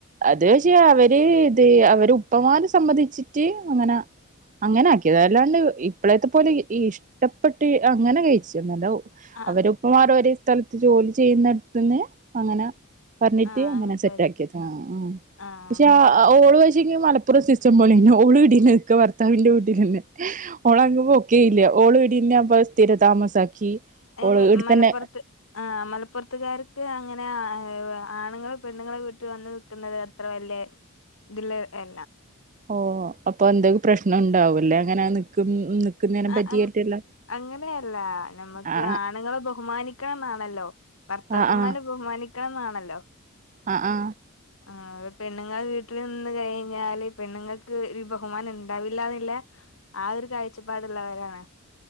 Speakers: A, on the right; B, on the left.
A: അത് പക്ഷെ അവര് ഇത് അവര് ഉപ്പമാര് സമ്മതിച്ചിറ്റ് അങ്ങനാ അങ്ങനെ ആക്ക്യേതാ അല്ലാണ്ട് ഇപ്പളേത്തെ പോലെ ഇഷ്ട്ടപ്പെട്ട് അങ്ങനെ കഴിച്ച് നല്ല
B: ആഹ്
A: അവരേപ്പമാര് അവര് സ്ഥലത്ത് ജോലി ചെയ്യ്ന്നടത്ത്ന്ന് അങ്ങനെ പറഞ്ഞിട്ട്
B: ആഹ്
A: അങ്ങനെ സെറ്റാക്കിയതാ
B: പഠി
A: ആഹ് ആഹ്
B: ആഹ്
A: പക്ഷെ ഓള് പഷേങ്കി മ സിസ്റ്റം പോലെന്നെ ഓളിവടെന്നെ നിക്ക ഭർത്താവിന്റെ വീട്ടിലെന്നെ ഓളവ്ട്ക്ക് പോക്കേ ഇല്ല ഓള് ഇവിടിന്നെ അപ്പൊ സ്ഥിര താമസാക്കി
B: അയ്ന്
A: ഓള് ഇവിടെത്തന്നെ
B: മലപ്പൊർത്ത് ആഹ് മലപ്പൊറത്തുകാര്ക്ക് അങ്ങനെ ആണ്ങ്ങള് പെണ്ണ്ങ്ങളെ വീട്ട് വന്ന് നിക്ക്ന്നത് അത്ര വല്ല്യേ തില്ല് എ
A: ഓഹ് അപ്പൊ എന്തേലും പ്രശ്നം ഉണ്ടാവൂല്ലേ അങ്ങനെ നിക്കും നിക്കുന്നതിനെ
B: ആഹ്
A: പറ്റിയിട്ടില്ല
B: അങ്ങ് അങ്ങനെയല്ല നമ്മക്ക്
A: ആ
B: ആണിങ്ങളെ ബഹുമാനിക്കണന്നാണല്ലോ ഭർത്താക്കന്മാരെ
A: ആ ആ
B: ബഹുമാനിക്കണന്നാണല്ലോ
A: ആ ആ
B: ആഹ് പെണ്ണിങ്ങൾ വീ ട്ടിൽ നിന്ന് കയിഞ്ഞാല് പെണ്ണ്ങ്ങക്ക് ബഹുമാനണ്ടാവില്ലാന്നില്ലെ ആഹ് ഒര് കായ്ച പ്പാടിള്ളവരാണ്